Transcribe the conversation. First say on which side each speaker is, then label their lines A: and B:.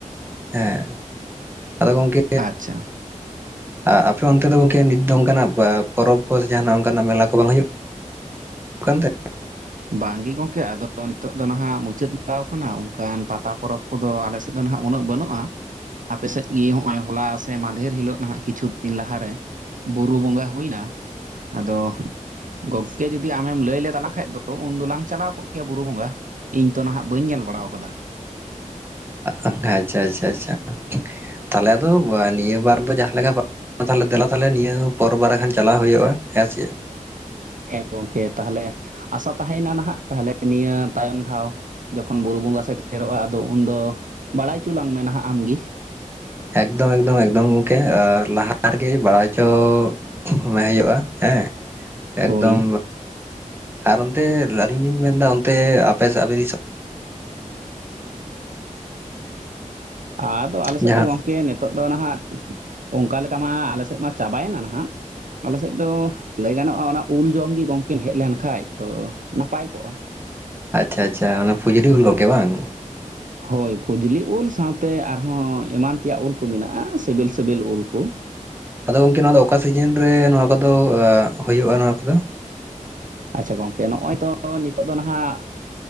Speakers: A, on the right (about 15°); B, on the right (about 75°).
A: ᱦᱮᱸ ᱟᱫᱚ ᱜᱚᱢᱠᱮ
B: ᱟᱪᱪᱷᱟ
A: ᱟᱯᱮ ᱚᱱᱛᱮ ᱫᱚ ᱜᱚᱝᱠᱮ ᱱᱤᱛ ᱫᱚ ᱚᱱᱠᱟᱱᱟᱜ ᱯᱟ-ᱯᱚᱨᱚᱵᱽ ᱠᱚ ᱥᱮ ᱡᱟᱦᱟᱱᱟᱜ ᱚᱝᱠᱟᱱᱟᱜ ᱢᱮᱞᱟ ᱠᱚ ᱵᱟᱝ ᱦᱩᱭᱩᱜ <inaudible>
B: ᱵᱟᱝᱜᱮ ᱜᱚᱝᱠᱮ ᱟᱫᱚ ᱱᱤᱛᱚᱜ ᱫᱚ ᱱᱟᱦᱟᱜ ᱢᱩᱪᱟᱹᱫ ᱵᱟᱲᱟ ᱟᱠᱟᱱᱟ ᱚᱱᱠᱟᱱ ᱯᱟᱛᱟ ᱯᱚᱨᱚᱵᱽ ᱠᱚᱫᱚ ᱟᱞᱮ ᱥᱮᱫ ᱫᱚ ᱱᱟᱦᱟᱜ ᱩᱱᱟᱹᱜ ᱵᱟᱹᱱᱩᱜᱼᱟ ᱟᱯᱮ ᱥᱮᱫ ᱜᱮ ᱱᱚᱜᱼᱚᱭ ᱦᱚᱞᱟ ᱥᱮ ᱢᱟᱫᱷᱮᱨ ᱦᱤᱞᱳᱜ ᱱᱟᱦᱟᱜ ᱠᱤᱪᱷᱩ ᱫᱤᱱ ᱞᱟᱦᱟᱨᱮ ᱵᱩᱨᱩ ᱵᱚᱸᱜᱟ ᱦᱩᱭᱱᱟ ᱟᱫᱚ ᱜᱚᱝᱠᱮ ᱡᱩᱫᱤ ᱟᱢᱮᱢ ᱞᱟᱹᱭ ᱞᱮ ᱛᱟᱞᱟᱝ ᱠᱷᱟᱡ ᱫᱚ ᱛᱚ ᱩᱱ ᱫᱚᱞᱟᱝ ᱪᱟᱞᱟᱣ ᱠᱚᱜ ᱠᱮᱭᱟ ᱵᱩᱨᱩ ᱵᱚᱸᱜᱟ ᱤᱧ ᱛᱚ ᱱᱟᱦᱟᱜ ᱵᱟᱹᱧ ᱧᱮᱞ ᱵᱟᱲᱟᱣ ᱟᱠᱟᱫᱟ
A: ᱟᱪᱪᱷᱟ ᱟᱪᱪᱷᱟ ᱪᱷᱟ ᱛᱟᱦᱞᱮ ᱫᱚ ᱱᱤᱭᱟᱹ ᱵᱟᱨ ᱫᱚ ᱡᱟᱦᱟᱸ ᱞᱮᱠᱟ ᱛᱟᱦᱞᱮ ᱫᱮᱞᱟ ᱛᱟᱦᱞᱮ ᱱᱤᱭᱟᱹ ᱯᱚᱨ ᱵᱟᱨᱟ ᱠᱷᱟᱱ ᱪᱟᱞᱟᱣ ᱦᱩᱭᱩᱜᱼᱟ ᱦᱮᱸᱥᱮ
B: ᱦᱮᱸ ᱜᱚᱢᱠᱮ ᱛᱟᱦᱚᱞᱮ ᱟᱥᱟ ᱛᱟᱦᱮᱸᱭᱮᱱᱟ ᱱᱟᱦᱟᱜ ᱛᱟᱦᱚᱞᱮ ᱱᱤᱭᱟᱹ ᱛᱟᱭᱚᱢ ᱫᱷᱟᱣ ᱡᱚᱠᱷᱚᱱ ᱵᱩᱨᱩ ᱵᱚᱸᱜᱟ ᱥᱮᱮᱨᱚᱜᱼᱟ ᱟᱫᱚ ᱩᱱᱫᱚ ᱵᱟᱲᱟᱭ ᱦᱚᱪᱚ ᱞᱟᱝ ᱢᱮ ᱦᱟᱸᱜ ᱟᱢ ᱜᱮ
A: ᱮᱠᱫᱚᱢ ᱮᱠᱫᱚᱢ ᱮᱠᱫᱚᱢ ᱜᱚᱝᱠᱮ ᱟᱨ ᱞᱟᱦᱟ ᱨᱮᱜᱮ ᱵᱟᱲᱟᱭ ᱪᱚ ᱦᱩᱭᱩᱜᱼᱟ ᱦᱮᱸ ᱮᱠᱫᱚᱢ
B: ᱦᱳᱭ
A: ᱟᱨ ᱚᱱᱛᱮ ᱟᱹᱞᱤᱧ ᱞᱤᱧ ᱢᱮᱱᱫᱟ ᱚᱱᱛᱮ ᱟᱯᱮ ᱥᱮᱫ ᱟᱯᱮ ᱫᱤᱥᱚᱢ
B: ᱟᱫᱚ ᱟᱞᱮ ᱥᱮᱫ
A: ᱡᱟᱦᱟᱸ
B: ᱫᱚ ᱜᱚᱢᱠᱮ ᱱᱤᱛᱚᱜ ᱫᱚ ᱱᱟᱦᱟᱜ ᱚᱱᱠᱟ ᱞᱮᱠᱟ ᱢᱟ ᱟᱞᱮ ᱥᱮᱫ ᱢᱟ ᱪᱟᱵᱟᱭᱮᱱᱟ ᱱᱟᱦᱟᱜ ᱟᱞᱮ ᱥᱮᱫ ᱫᱚ ᱞᱟᱹᱭ ᱜᱟᱱᱚᱜᱼᱟ ᱚᱱᱟ ᱩᱞ ᱡᱚᱢᱜᱮ ᱜᱚᱝᱠᱮᱢ ᱦᱮᱡ ᱞᱮᱱ ᱠᱷᱟᱱᱡ ᱛᱚ ᱱᱟᱯᱟᱭ ᱠᱚᱜᱼᱟ
A: ᱟᱪᱪᱷᱟ ᱟᱪᱪᱷᱟ ᱚᱱᱟ ᱯᱷᱩᱡᱩᱨᱤ ᱩᱩᱞ ᱠᱚᱜᱮ ᱵᱟᱝ
B: ᱦᱳᱭ ᱯᱷᱚᱡᱽᱞᱤ ᱩᱞ ᱥᱟᱶᱛᱮ ᱟᱨᱦᱚᱸ ᱮᱢᱟᱱ ᱛᱮᱭᱟᱜ ᱩᱞ ᱠᱚ ᱢᱮᱱᱟᱜᱼᱟ ᱥᱤᱵᱤᱞ ᱥᱤᱵᱤᱞ ᱩᱞ ᱠᱚ
A: ᱟᱫᱚ ᱜᱚᱝᱠᱮ ᱱᱚᱣᱟ ᱫᱚ ᱚᱠᱟ ᱥᱤᱡᱤᱱ ᱨᱮ ᱱᱚᱣᱟ ᱠᱚᱫᱚ ᱦᱩᱭᱩᱜᱼᱟ ᱱᱚᱣᱟ ᱠᱚᱫᱚ
B: ᱟᱪᱪᱷᱟ ᱜᱚᱝᱠᱮ ᱱᱚᱜᱼᱚᱭ ᱛᱚ ᱱᱤᱛᱚᱜ ᱫᱚ ᱱᱟᱦᱟᱜ